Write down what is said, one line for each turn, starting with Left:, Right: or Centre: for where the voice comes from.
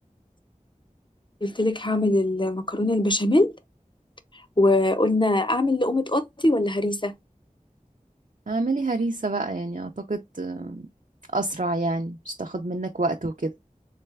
Left: قلت لك هعمل المكرونة البشاميل وقلنا أعمل لقومة قطي ولا هريسة
Right: اعملي هريسة بقى يعني اعتقد آه، اسرع يعني مش تاخد منك وقت وكده